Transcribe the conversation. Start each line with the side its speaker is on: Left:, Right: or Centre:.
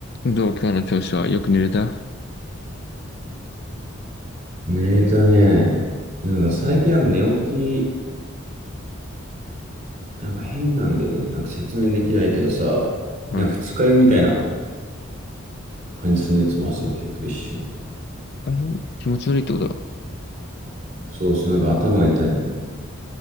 Left: どう今日の調子はよく寝れた
Right: 寝たね。なんか最近なんか寝起き、なんか変なんだよね。なんか説明できないけどさ、
Left: うん。
Right: なんか二日酔いみたいな感じするの、いつも朝起きると一瞬。
Left: あれ、気持ち悪いってことだ。
Right: そうそう、なんか頭が痛いみたいな。